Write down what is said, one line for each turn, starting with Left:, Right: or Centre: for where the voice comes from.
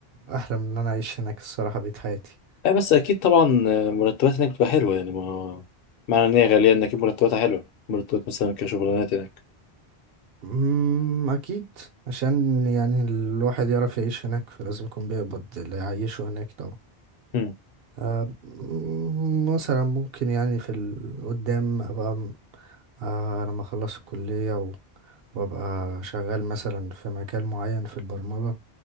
Right: احلم ان انا اعيش هناك الصراحة بقيت حياتي
Left: أي بس اكيد طبعا مرتبات هناك بتبقى حلوه يعني ما معنى ان هي غاليه ان اكيد مرتباتها حلوه مرتبات مثلا كشغلانات هناك
Right: أمم، اكيد عشان يعني الواحد يعرف يعيش هناك فلازم يكون بيقبض اللي يعيشه هناك طبعا
Left: امم
Right: آه، أمم، مثلا ممكن يعني في القدام ابقى آه لما اخلص الكلية و... وابقى شغال مثلا في مجال معين في البرمجة